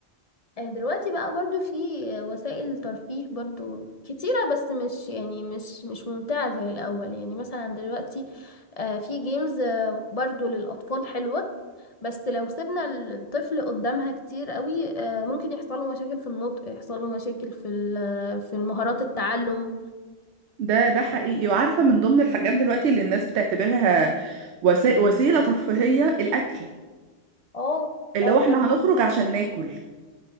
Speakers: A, on the left; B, on the right.
A: آه، دلوقتي بقى برضو في آه، وسائل ترفيه برضو كتيرة بس مش يعني مش مش ممتعة زي الأول يعني مثلا دلوقتي آه، في جيمز آه، برضو للأطفال حلوة بس لو سيبنا الطفل قدامها كتير قوي آه، ممكن يحصل له مشاكل في النطق يحصل له مشاكل في ال- في المهارات التعلم
B: ده ده حقيقي وعارفه من ضمن الحاجات دلوقتي اللي الناس بتعتبرها وسي- وسيله ترفيهيه الاكل
A: اه
B: اللي
A: اه
B: هو احنا
A: بجد
B: هنخرج عشان ناكل